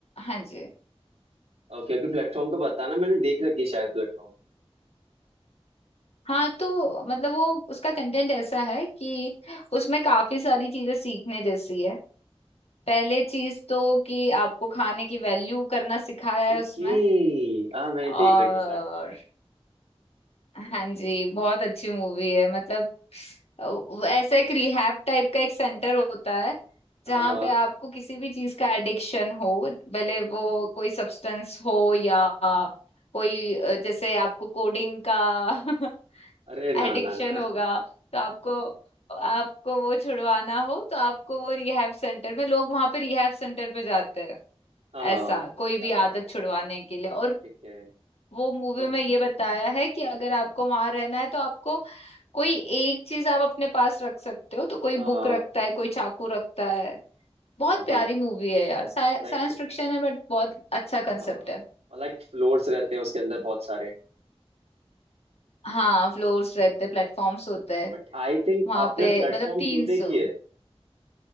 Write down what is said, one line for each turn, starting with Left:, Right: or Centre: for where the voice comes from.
Left: हाँ जी
Right: ओके ओके प्लेटफॉर्म को बताना मैंने देख रखी है शायद प्लेटफॉर्म
Left: हाँ तो मतलब वो उसका कंटेंट ऐसा है कि उसमें काफी सारी चीजें सीखने जैसी है पहले चीज तो कि आपको खाने की वैल्यू करना सिखाया है
Right: ओके
Left: उसमें
Right: हाँ मैंने
Left: और
Right: देख रखी है प्लेटफॉर्म
Left: हाँ जी बहुत अच्छी मूवी है मतलब अ, वो ऐसा एक रिहैब टाइप का एक सेंटर होता है जहाँ
Right: हाँ हाँ
Left: पे आपको किसी भी चीज का एडिक्शन हो भले वो कोई सब्सटेंस हो या कोई अ, जैसे आपको कोडिंग का <laughs>
Right: अरे ना
Left: एडिक्शन
Right: ना ना
Left: होगा तो आपको आपको वो छुड़वाना हो तो आपको वो रिहैब सेंटर में लोग वहां पे रिहैब सेंटर पे जाते हैं
Right: हाँ हाँ
Left: ऐसा
Right: हाँ,
Left: कोई भी
Right: याद है
Left: आदत
Right: याद है
Left: छुड़वाने के लिए और
Right: ठीक है
Left: वो मूवी
Right: अब
Left: में ये बताया है कि अगर आपको वहां रहना है तो आपको कोई एक चीज आप अपने पास रख सकते हो तो कोई
Right: हाँ
Left: बुक रखता है कोई चाकू रखता है बहुत
Right: हाँ
Left: प्यारी
Right: हाँ
Left: मूवी
Right: हाँ
Left: है यार साइंस
Right: लाइक
Left: फिक्शन है बट बहुत अच्छा कंसेप्ट
Right: हाँ
Left: है
Right: लाइक फ्लोर्स रहते हैं उसके अंदर बहुत सारे
Left: हाँ फ्लोर्स रहते प्लेटफॉर्म्स होते हैं
Right: बट आई थिंक
Left: वहां
Right: आपने
Left: पे
Right: प्लेटफॉर्म
Left: मतलब तीन
Right: टू
Left: सौ
Right: देखी है